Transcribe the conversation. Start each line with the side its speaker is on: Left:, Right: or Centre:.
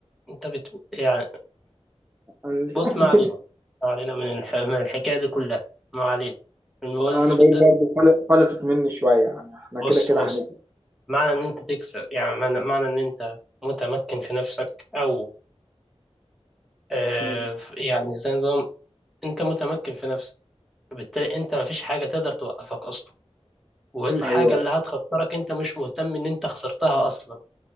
Centre: أنت بت يعني
Right: انا
Centre: بص ما
Right: مش
Centre: علينا ما علينا من الح... من الحكاية دي كلها ما علينا من الموبايل
Right: انا
Centre: الأسود
Right: بقول
Centre: ده
Right: برضه فل- فلتت مني شويه يعني احنا
Centre: بص
Right: كده كده
Centre: بص
Right: هنجي
Centre: معنى إن أنت تكسب يعني معنى معنى إن أنت متمكن في نفسك أو آه
Right: مم.
Centre: ف- يعني زي نظام أنت متمكن في نفسك بالتالي أنت مفيش حاجة تقدر توقفك أصلا والحاجة
Right: ايوه
Centre: اللي هتخطرك أنت مش مهتم إن أنت خسرتها أصلا